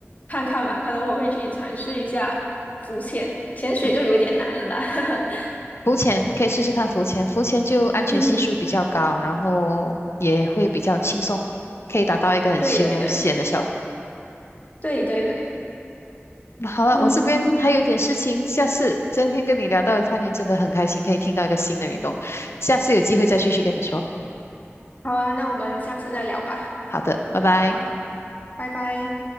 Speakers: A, on the left (about 35°); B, on the left (about 65°).
A: 看看吧，可能我会去尝试一下浮潜，潜水就有点难了哈。
B: 嗯。
A: <laughs>
B: 浮潜可以试试看浮潜，浮潜就安全系数比较高，
A: 嗯，
B: 然后也会比较轻松，可以达到一个很休闲的效果。
A: 对对对对对对，
B: 好了，
A: 嗯，
B: 我这边还有点事情，下次今天跟你聊到攀岩真的很开心，可以听到一个新的运动，下次有机会再继续跟你说。
A: 好啊，那我们下次再聊吧。
B: 好的，拜拜。
A: 好，拜拜。